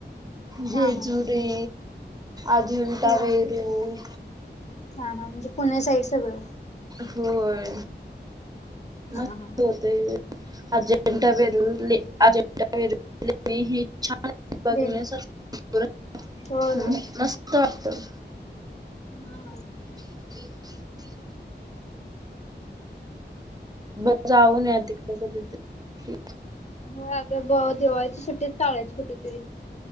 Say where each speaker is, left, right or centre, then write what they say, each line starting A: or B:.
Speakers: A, on the right (about 20°); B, on the left (about 35°).
A: जेजुरी
B: हा हा हा
A: अजिटा
B: होय
A: वेरूळ
B: हा हा म्हणजे पुण्या साईड सगळं.
A: होय. मस्त
B: हा हा.
A: होते अजिंठा बेरूळ अजिंठा वेरूळ हे छान बघण्या
B: देन
A: सारखं सगळ
B: होय
A: हम्म
B: होय
A: मस्त वाटतं.
B: हा.
A: <inaudible> बस जाऊन या तिकडे कधीतरी.
B: हो अग दिवाळीच्या सुट्टीत काडायची कुठेतरी